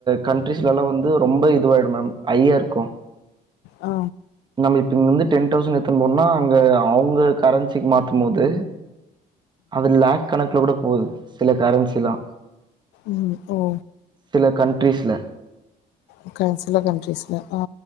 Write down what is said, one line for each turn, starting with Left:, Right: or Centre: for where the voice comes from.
Right: கண்ட்ரிஸ்லலா வந்து ரொம்ப இதுவாயிடு மேம் ஐயாருக்கு
Left: ஆ
Right: நம்ம இப்ப இங்கந்து டென் டௌசண் எடுத்துனு போனோனா அங்க அவுங்க கரன்சிக்கு மாத்தும் போது அது லேக் கணக்குல கூட போது சில கரன்சிலா
Left: ம் ஓ
Right: சில கண்ட்ரீஸ்ல
Left: ஒகே சில கன்ட்ரீஸ்ல ஆ